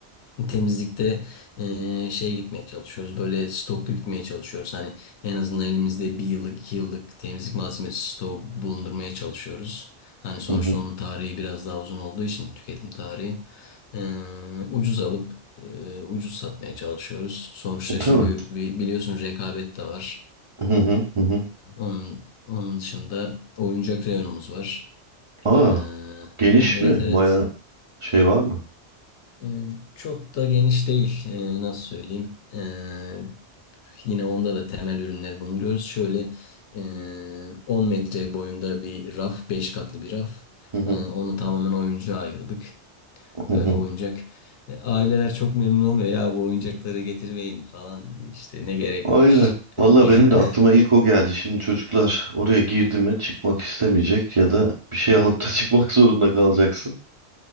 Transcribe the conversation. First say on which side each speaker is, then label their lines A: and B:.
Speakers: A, on the left; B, on the right.
A: Temizlikte eee şeye gitmeye çalışıyoruz. Böyle stoklu gitmeye çalışıyoruz. Hani en azından elimizde bir yıllık, iki yıllık temizlik malzemesi stoğu bulundurmaya çalışıyoruz. Hani sonuçta
B: Hı hı.
A: onun tarihi biraz daha uzun olduğu için tüketim tarihi. Eee ucuz alıp eee, ucuz satmaya çalışıyoruz. Sonuçta
B: Tabii.
A: çünkü bi- biliyorsun rekabet de var.
B: Hı hı. Hı hı.
A: Onun, onun dışında oyuncak reyonumuz var.
B: Aa,
A: Eee,
B: geniş
A: ha, evet
B: mi?
A: evet.
B: Baya şey var mı?
A: Ee, Çok da geniş değil. Ee, Nasıl söyleyeyim? Ee, Yine onda da temel ürünleri bulunuyoruz. Şöyle e, 10 metre boyunda bir raf, 5 katlı bir raf.
B: Hı hı,
A: E, onu tamamen oyuncağa ayırdık.
B: hı
A: Böyle
B: hı.
A: oyuncak. E, aileler çok memnun olmuyor. Ya bu oyuncakları getirmeyin falan. İşte ne gerek
B: Aynen.
A: var <laughs>
B: Valla
A: diye
B: benim
A: <laughs>
B: de aklıma ilk o geldi. Şimdi çocuklar oraya girdi mi çıkmak istemeyecek ya da bir şey alıp da <laughs> çıkmak zorunda kalacaksın.